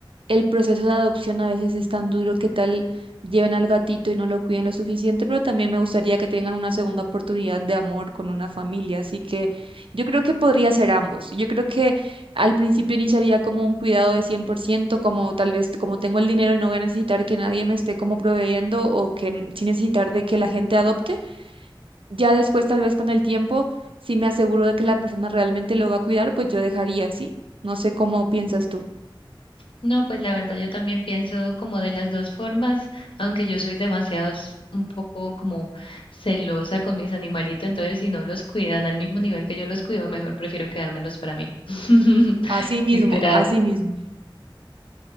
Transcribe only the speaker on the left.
No, pues la verdad yo también pienso como de las dos formas, aunque yo soy demasiado s- un poco como celosa con mis animalitos, entonces si no los cuidan al mismo nivel que yo los cuido, mejor prefiero quedármelos para mí. <laughs>
Literal.